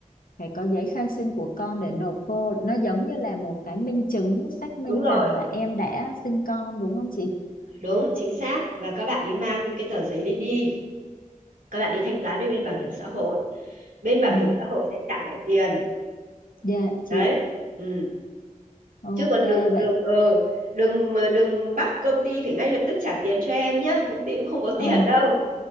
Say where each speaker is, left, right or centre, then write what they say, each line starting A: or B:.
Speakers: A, on the left (about 85°); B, on the right (about 75°).
A: phải có giấy khai sinh của con để nộp vô nó giống như là một cái minh chứng xác minh
B: đúng rồi
A: rằng là em đã sinh con đúng không chị
B: đúng chính xác và các bạn ấy mang cái tờ giấy đấy đi các bạn đi thanh toán với bên bảo hiểm xã hội bên bảo
A: ờ
B: hiểm xã hội sẽ trả lại tiền
A: dạ chị
B: đấy ừ.
A: Ok,
B: chứ còn đừng
A: vậy
B: đừng ờ đừng mà đừng bắt công ty phải ngay lập tức trả tiền cho em nhá công ty cũng không có tiền
A: Ờ.
B: đâu